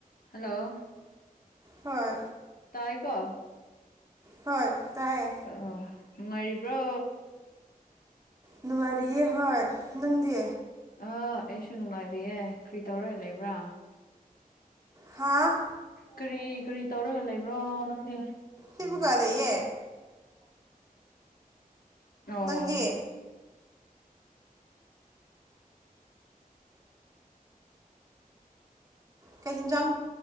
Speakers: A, on the left (about 75°); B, on the right (about 25°).
A: Hello
B: ꯍꯣꯏ
A: ꯇꯥꯏ ꯀꯣ
B: ꯍꯣꯏ ꯇꯥꯏꯌꯦ꯫
A: ꯑ ꯅꯨꯡꯉꯥꯏꯔꯤꯕ꯭ꯔꯣ
B: ꯅꯨꯡꯉꯥꯏꯔꯤꯌꯦ ꯍꯣꯏ ꯅꯪꯗꯤ
A: ꯑꯥ ꯑꯩꯁꯨ ꯅꯨꯡꯉꯥꯏꯔꯤꯑꯦ ꯀꯔꯤ ꯇꯧꯔ ꯂꯩꯕ꯭ꯔꯥ꯫
B: ꯍꯥꯥ
A: ꯀꯔꯤ ꯀꯔꯤ ꯇꯧꯔꯒ ꯂꯩꯕ꯭ꯔꯣ ꯅꯪꯗꯤ꯫
B: ꯍꯤꯞꯄꯒ ꯂꯩꯌꯦ
A: ꯑꯣ
B: ꯅꯪꯗꯤ ꯀꯩ ꯌꯦꯤꯟꯖꯥꯡ